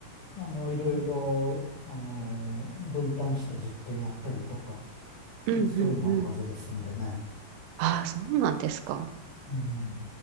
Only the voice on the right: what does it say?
う
んうんうん。
ああ、そうなんですか。